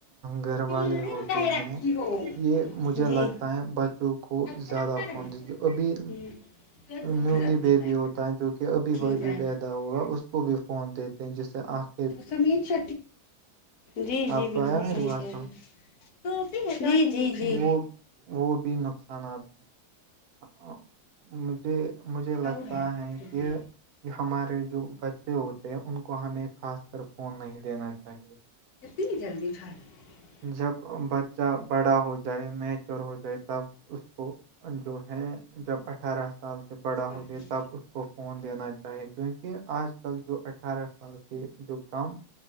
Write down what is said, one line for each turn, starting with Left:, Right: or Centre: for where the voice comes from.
Right: گھر
Left: سیڑھی
Right: والے ہوتے
Left: پہ کہیں
Right: ہیں
Left: رکھی ہو
Right: یہ مجھے
Left: جی
Right: لگتا ہے بچوں کو
Left: ایسے
Right: زیادہ
Left: رکھا رہے
Right: فون ابھی
Left: جی یہ دھوپ
Right: نیولی
Left: میں لگ گئی
Right: بیبی ہوتا ہے جو کہ ابھی
Left: ٹھیک
Right: وہب
Left: ہے
Right: بی <unintelligible> ہوگا اس کو بھی فون دیتے ہیں جسے آکھ
Left: س ش جی جی
Right: آپ کو
Left: بالکل
Right: آیا میری
Left: صحیح
Right: بات
Left: کیا
Right: سمجھ
Left: ہے <unintelligible> تو جی جی جی
Right: وہ وہ بھی نقصانات ہیں مجھے مجھے لگتا
Left: اور
Right: ہے
Left: ٹوپی
Right: کہ یہ ہمارے جو بچے ہوتے ہیں ان کو ہمیں خاص کر فون نہیں دینا چاہیے
Left: جتنی جلدی فر <unintelligible>
Right: جب بچہ بڑا ہو جائے میچور ہو جائے تب اس کو جو ہے جب اٹھارہ سال سے بڑا
Left: پانی
Right: ہو جائے تب اس کو فون دینا چاہی کیونک کیکہ آج کل جو اٹھارہ سال کے جو کام